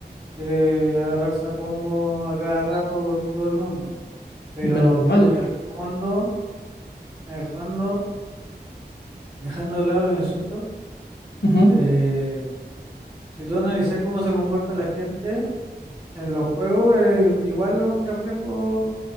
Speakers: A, on the right (about 25°); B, on the left (about 75°).
A: quiere agarrarse a combo a cada rato con todo el mundo. Pero
B: Menos mal.
A: en el fondo, en el fondo, dejando de lado los insultos.
B: Ujú,
A: Eh, si tú analizas cómo se comporta la gente en los juegos, es igual un reflejo